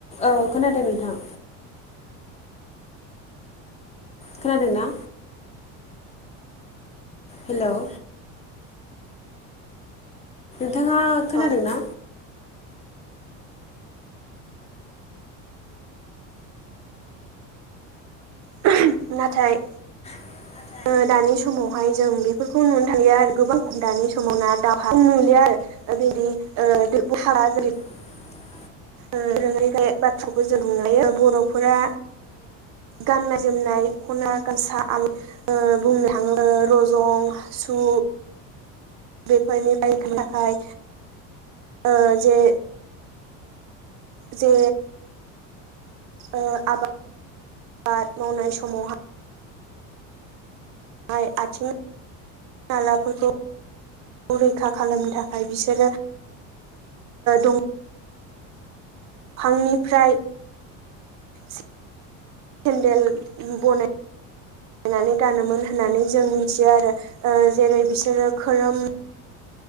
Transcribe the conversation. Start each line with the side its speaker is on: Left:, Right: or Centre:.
Left: औ खोनादों नोंथां। खोनादों ना? हेल' नोंथाङा खोनादोंना?
Right: अ <unintelligible> नाथाय
Left: आ।
Right: ओ दानि समावहाय जों बेफोरखौ नुनो थांलिया आरो दानि समाव ना दावहा नुलिया आरो। बेदि ओ हारा जेरै
Left: <inaudible>
Right: <unintelligible> बाथ्राखौबो जों बुंनो हायो बर'फोरा गाननाय जोमनाय खना गामसा आरो ओ बुंनो थाङो ओ रजं सु बेफोरनिफ्राय थाखाय ओ जे जे ओ आबाद मावनाय समावहाय आइ आथिं आलाफोरखौ रैखा खालामनो थाखाय बिसोरो दङ फांनिफ्राय सेन्देल बनाय नानै गानोमोन होननानै जों मिथियो आरो ओ जेरै बिसोरो खोरोम